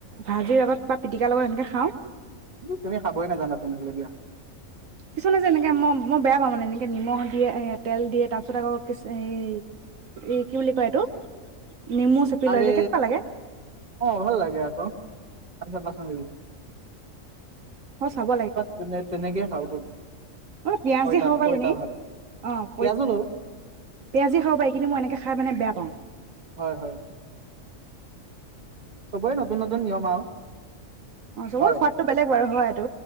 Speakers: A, on the right (about 80°); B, on the right (about 35°).
A: ভাজিৰ লগত বা পিটিকাৰ লগত এনেকে খাওঁ
B: তুমি খাবই নেজানা তেনে হ'লে দিয়া
A: কিছুমানে যে এনেকে মই মই বেয়া পাওঁ মানে এনেকে নিমখ দিয়ে এ তেল দিয়ে তাৰ পিছত আকৌ কি হেই কি বুলি কয় এইটো নেমু চেপি
B: আৰে
A: লয় যে কেনেকুৱা লাগে
B: অ ভাল লাগে আক আ পাচ
A: অ চাব লাগিব
B: তেনে তেনেকেই খাওঁ তো
A: অ পিয়াঁজ
B: পইতা
A: দি খাব
B: পইতা
A: পাৰি এনেই
B: ভাত
A: অ প
B: পিয়াজো লওঁ
A: পিয়াঁজ দি খাব পাৰি কিন্তু মই এনেকে খাই মানে বেয়া পাওঁ
B: হয় হয় চবৰে নতুন নতুন নিয়ম আৱ
A: অ চবৰে
B: হয়
A: সোৱাদটো বেলেগ বাৰু হয় এইটো